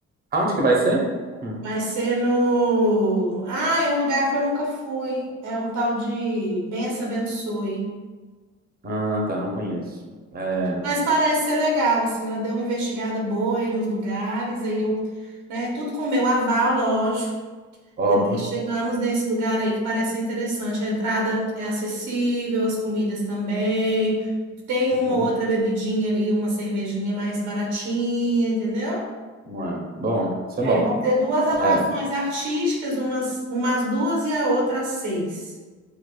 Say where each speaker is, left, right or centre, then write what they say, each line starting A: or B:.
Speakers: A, on the right; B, on the right.
A: Aonde que vai ser? Hum.
B: Vai ser no. Ah, é um lugar que eu nunca fui. É um tal de Bença Abençoe.
A: Ah, tá, não conheço. É,
B: Mas parece ser legal, assim. Ela deu uma investigada boa aí nos lugares, aí eu, né? Tudo com o meu aval, lógico.
A: óbvio.
B: E aí chegamos nesse lugar aí que parece ser interessante. A entrada é acessível, as comidas também. Tem
A: Uhum.
B: uma outra bebidinha ali, uma cervejinha mais baratinha, entendeu?
A: Ué, bom, isso
B: E
A: é
B: aí
A: bom.
B: vão ter duas atrações
A: É,
B: artísticas, umas, umas duas e a outra às seis.